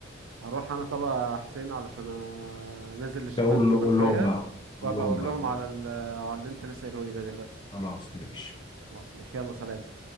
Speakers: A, on the right (about 85°); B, on the left (about 25°).
A: هروح انا طبعا حسين علشان انزل للشباب
B: قول
A: كمان
B: له- قول
A: شوية
B: لهم بقى
A: وابقى
B: قول لهم
A: اقول
B: بقى
A: لهم على ال... على اللي انت لسه قايله لي ده دلوقتي
B: خلاص ماشي
A: خلاص ماشي يلا سلام